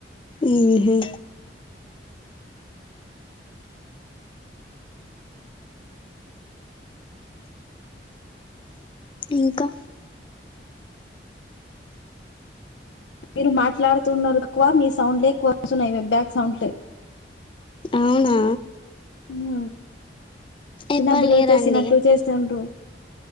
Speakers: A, on the left; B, on the left.
A: ఊహు ఇంకా
B: మీరు మాట్లాడుతున్నారు తక్కువ మీ సౌండ్లే ఎక్కువస్తున్నాయి వేట్ బ్యాక్ సౌండ్లే.
A: అవునా
B: ఊ చిన్న
A: ఎవ్వరు
B: పిల్లలు
A: లేరండి
B: చేసినట్లు చేస్తుండ్రు